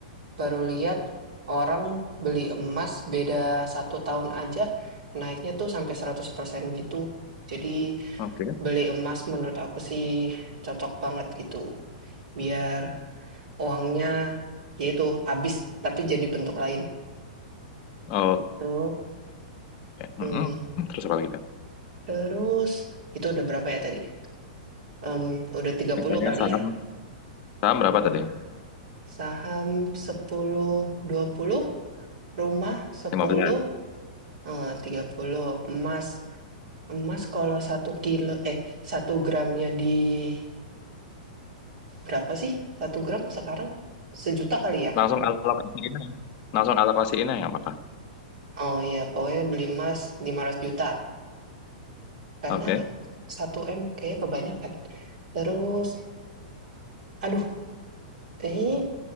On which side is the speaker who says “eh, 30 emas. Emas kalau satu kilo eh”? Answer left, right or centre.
Right